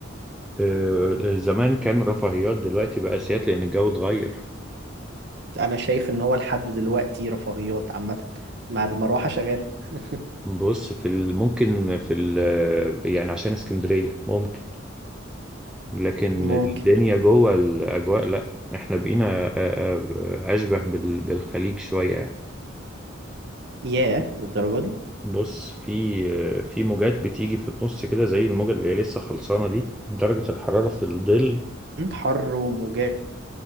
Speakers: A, in the centre; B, on the right.
A: آه، آه، زمان كان رفاهيات دلوقتي بقى أساسيات لأن الجو اتغير
B: انا شايف ان هو لحد دلوقتي رفاهيات عامة مع المروحة شغال <laughs>
A: بص في ال- ممكن في ال- آه، يعني عشان اسكندرية ممكن لكن
B: ممكن
A: الدنيا جوه الأجواء لأ إحنا بقينا آه، آه، أشبه بال- بالخليج شوية يعني
B: ياه للدرجة دي
A: بص في في موجات بتيجي في النص كده زي الموجة اللي هي لسه خلصانة دي درجة الحرارة في الظل
B: مم، حر وموجات